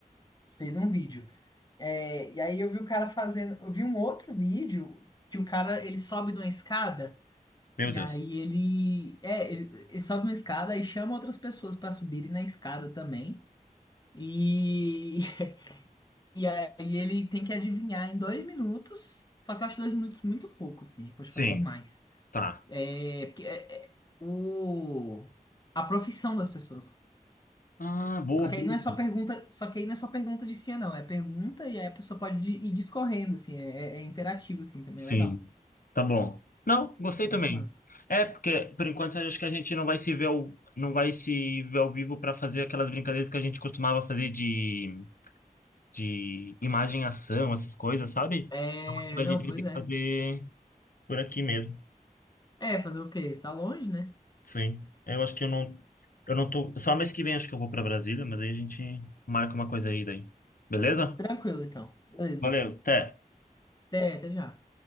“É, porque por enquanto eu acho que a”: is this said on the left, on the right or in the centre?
Left